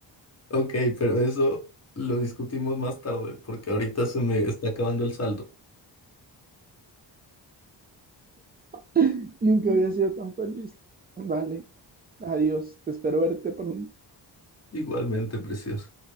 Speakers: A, on the left; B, on the right.
A: Ok, pero eso lo discutimos más tarde porque ahorita se me está acabando el saldo.
B: <laughs> Nunca había sido tan feliz. Vale, adiós, te espero verte pronto.
A: Igualmente, preciosa.